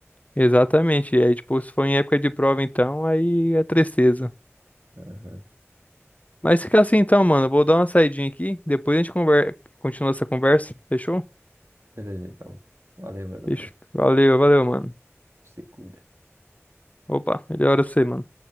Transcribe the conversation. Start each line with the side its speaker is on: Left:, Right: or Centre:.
Left: Exatamente. E aí, tipo, se for em época de prova, então, aí é tristeza.
Right: Aham.
Left: Mas fica assim então, mano. Eu Vou dar uma saidinha aqui. Depois a gente conver... continua essa conversa. Fechou?
Right: Beleza, então. Valeu, meu doutor.
Left: Fechou. Valeu, valeu, mano.
Right: Se cuida.
Left: Opa, melhora você, mano.